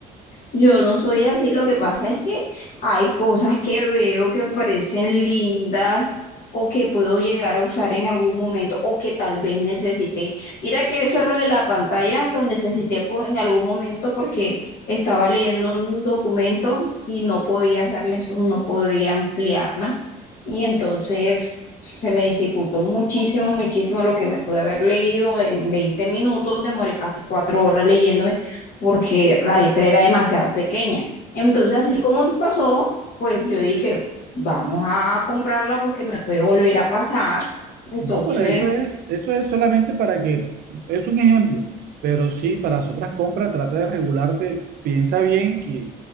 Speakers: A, on the left; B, on the right.
A: Yo no soy así, lo que pasa es que hay cosas que veo que me parecen lindas o que puedo llegar a usar en algún momento o que tal vez necesité. Mira que eso lo de la pantalla lo necesité po- en algún momento porque estaba leyendo un documento y no podía hacerle eso, no podía ampliarla y entonces se me dificultó muchísimo, muchísimo lo que me pude haber leído en 20 minutos, demoré casi cuatro horas leyéndome porque la letra era demasiado pequeña. Entonces, así como me pasó, pues yo dije, vamos a comprarla porque me puede volver a pasar. Entonces,
B: No, pero eso es, eso es solamente para que, es un ejemplo, pero sí, para las otras compras trata de regularte, piensa bien que